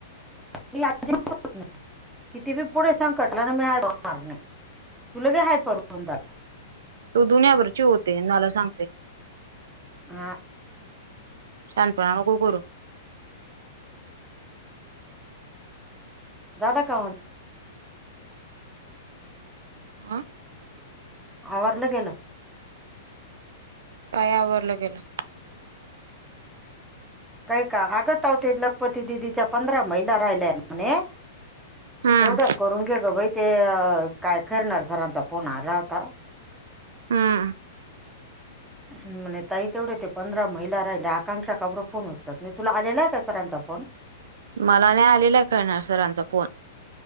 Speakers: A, in the centre; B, on the right.
A: <inaudible> किती बी पुढे संकटला ना मी हायपर नाही तु लगे हायपर... होतात...
B: तो दूनियभरची होते अन् मला सांगते...
A: हा
B: शानपना नको करूस...
A: दादा का
B: आं...
A: आवारलं गेलं...
B: काय आवरल गेलं...
A: काय का आगतवते लखपती दिदीच्या पंधरा महिना राहिल्या म्हणे...
B: हम्म
A: तेवढ्या करून घे ग बाई ते काय करणार सरांचा फोन आला होता...
B: हम्म...
A: म्हणे ताई तेवढे ते पंधरा महिला राहिल्या आकांक्षा का कोण होत्या फोन उचत नाही तुला आलेला आहे का सरांचा फोन...
B: मला नाही आलेला आहे खैरनार सरांचा फोन...